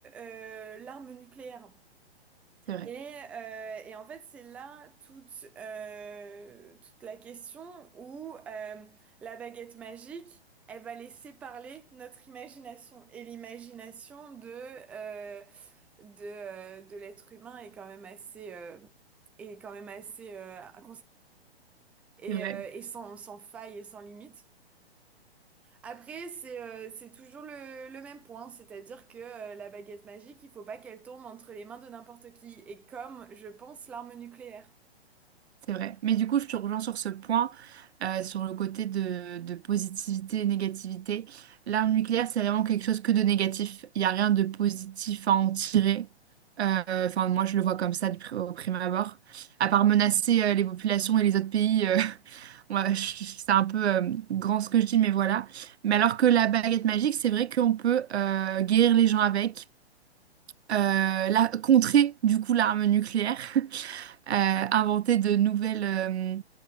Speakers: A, in the centre; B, on the right.
A: euh, l'arme nucléaire.
B: C'est vrai.
A: Et, euh, et en fait, c'est là toute, euh, toute la question où euh, la baguette magique, elle va laisser parler notre imagination. Et l'imagination de, euh, de, euh, de l'être humain est quand même assez, euh, est quand même assez euh, à et,
B: C'est vrai.
A: euh, et sans, sans faille et sans limite. Après, c'est euh, c'est toujours le, le même point, c'est-à-dire que euh, la baguette magique, il faut pas qu'elle tombe entre les mains de n'importe qui, et comme, je pense, l'arme nucléaire.
B: C'est vrai. Mais du coup, je te rejoins sur ce point, euh, sur le côté de, de positivité et négativité. L'arme nucléaire, c'est vraiment quelque chose que de négatif. Il n'y a rien de positif à en tirer. Euh, Enfin, moi, je le vois comme ça du pri- au prime abord. À part menacer euh, les populations et les autres pays, euh, <laughs> ouais, je- je- c'est un peu euh, grand ce que je dis, mais voilà. Mais alors que la baguette magique, c'est vrai qu'on peut euh, guérir les gens avec, euh, la, contrer du coup l'arme nucléaire. <laughs> euh, inventer de nouvelles, euh,